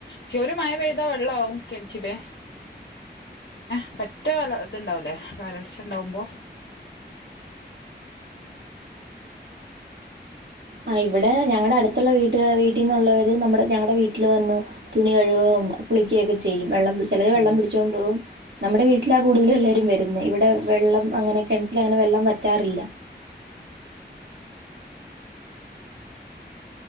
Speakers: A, on the left; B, on the right.
A: ക്ക് ഒരു മഴ പെയ്ത വെള്ളാവും കിണറ്റില് <inaudible> വരൾച്ച ഇണ്ടാവൂലെ
B: ആ ഇവിടെ ഞങ്ങളുടെ അടുത്തുള്ള വീട്ട വീട്ടിൽന്നുള്ളവര് നമ്മ ഞങ്ങളടെ വീട്ടിൽ വന്ന് തുണി കഴുകുകയും കുളിക്കുകയ ഒക്കെ ചെയ്യും വെള്ളം പി ചിലത് വെള്ളം
A: ഉം
B: പിടിച്ചുക കൊണ്ട് പോവും നമ്മുടെ വീട്ടിലാ കൂടുതൽ എല്ലാവരും വരുന്നത് ഇവിടെ വെള്ളം അങ്ങനെ കിണറ്റൽ അങ്ങനെ വെള്ളം വറ്റാറില്ല